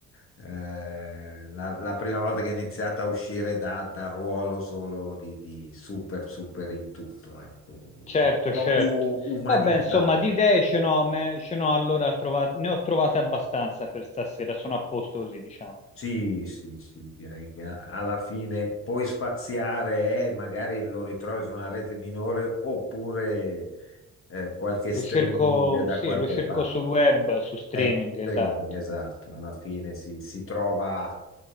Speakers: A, on the left (about 45°); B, on the left (about 25°).
A: Eh, la, la prima volta che ho iniziato a uscire da, dal ruolo solo di, di super, super in tutto, ecco. un
B: Certo,
A: po'
B: certo.
A: più umanizzato.
B: Vabbè, insomma, di idee ce n'ho, me- ce n'ho allora trova- ne ho trovate abbastanza per stasera, sono a posto così, diciamo.
A: Sì, sì, sì, direi che a- alla fine puoi spaziare e magari lo ritrovi su una rete minore oppure eh, qualche streaming
B: Lo cerco,
A: da
B: sì,
A: qualche
B: lo cerco
A: parte.
B: sul web, su streaming,
A: Ecco,
B: esatto.
A: training, esatto, alla fine si, si trova,